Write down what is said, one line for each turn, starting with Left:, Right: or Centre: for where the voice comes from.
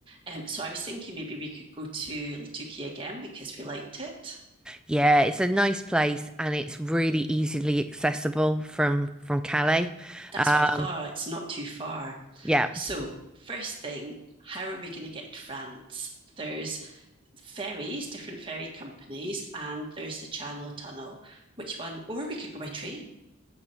Right: Um, so I was thinking maybe we could go to Latuki again because we liked it.
Centre: Yeah, it's a nice place and it's really easily accessible from from Calais.
Right: That's
Centre: Um,
Right: what I thought. It's not too far.
Centre: yeah,
Right: So, first thing, how are we going to get to France? There's ferries, different ferry companies, and there's the Channel Tunnel. Which one? Or we could go by train.